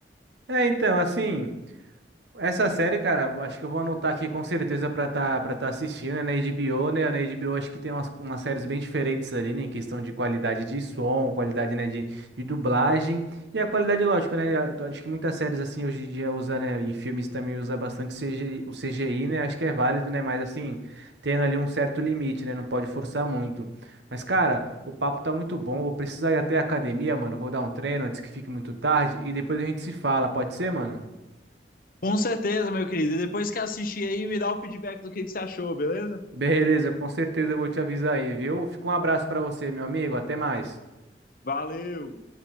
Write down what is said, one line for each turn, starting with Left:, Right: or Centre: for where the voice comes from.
Right: É, então, assim. Essa série, cara, eu acho que eu vou anotar aqui com certeza pra tá, pra tá assistindo, né? Na HBO, né? Na HBO acho que tem umas, umas séries bem diferentes ali, né? Em questão de qualidade de som, qualidade, né, de, de dublagem e a qualidade, lógico, né? a- eu Acho que muitas séries, assim, hoje em dia usa, né? Em filmes também usa bastante CGI, o CGI, né? Acho que é válido, né? Mas, assim, tendo ali um certo limite, né? Não pode forçar muito. Mas, cara, o papo tá muito bom. Vou precisar ir até a academia, mano. Vou dar um treino antes que fique muito tarde e depois a gente se fala. Pode ser, mano?
Left: Com certeza, meu querido. E depois que assistir aí, me dá o feedback do que você achou, beleza?
Right: Beleza, com certeza eu vou te avisar aí, viu? Fica um abraço pra você, meu amigo. Até mais.
Left: Valeu!